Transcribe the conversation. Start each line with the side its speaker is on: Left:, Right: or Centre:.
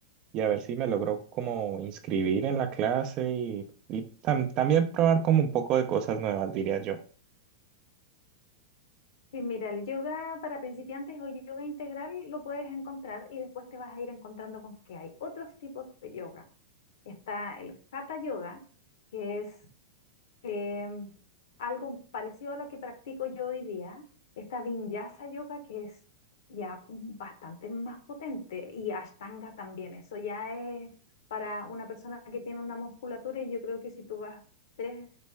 Right: y a ver si me logro como inscribir en la clase y, y tam- también probar como un poco de cosas nuevas, diría yo.
Left: Sí, mira, el yoga para principiantes o yoga integral lo puedes encontrar y después te vas a ir encontrando con que hay otros tipos de yoga. Está el hatha yoga, que es em, algo parecido a lo que practico yo hoy día, esta Vinyasa Yoga que es ya bastante más potente y Ashtanga también, eso ya es para una persona que tiene una musculatura y yo creo que si tú vas tres